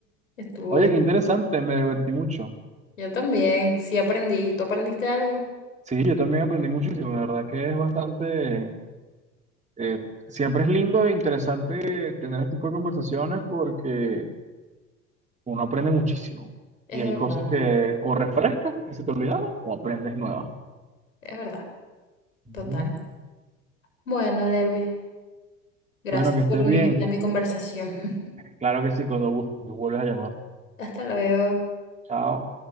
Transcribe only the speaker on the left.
Estuvo
bien.
Yo también. Sí aprendí. ¿Tú aprendiste algo?
Es
verdad.
Es verdad.
Total. Bueno, Lervis, gracias
por unirte
a mi conversación. <laughs>
Hasta luego.